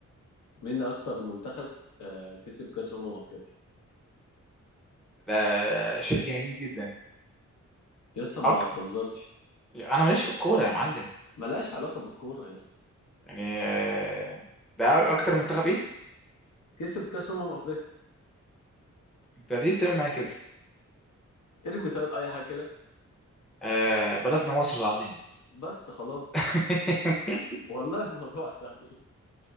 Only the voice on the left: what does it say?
مين اكتر منتخب آه، كسب كاس امم افريقيا
يسا ما
تهزرش
ملهاش علاقه بالكوره يسا
كسب كاس امم افريقيا
ارمي طيب اي حاجه كده
بس خلاص
والله الموضوع <laughs> سهل